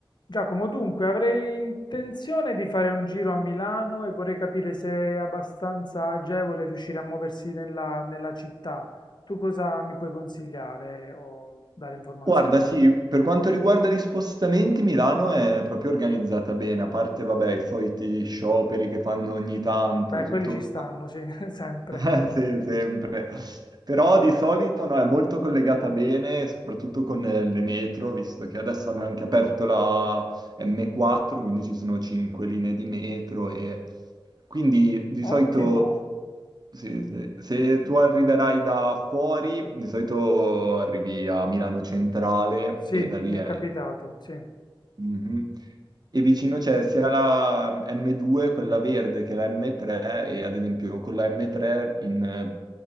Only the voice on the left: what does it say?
Giacomo, dunque avrei intenzione di fare un giro a Milano e vorrei capire se è abbastanza agevole riuscire a muoversi nella, nella città. Tu cosa mi puoi consigliare o dare informazioni?
Beh,
quelli ci stanno,
sì, <laughs> sempre.
Ottimo,
sì,
mi
è capitato, sì.